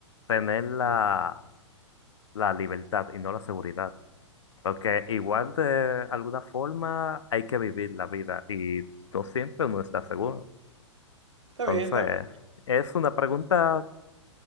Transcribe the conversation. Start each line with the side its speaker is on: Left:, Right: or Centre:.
Left: tener la, la libertad y no la seguridad. Porque igual de alguna forma hay que vivir la vida y no siempre uno está seguro.
Right: Está
Left: Entonces,
Right: bien, está bien.
Left: es una pregunta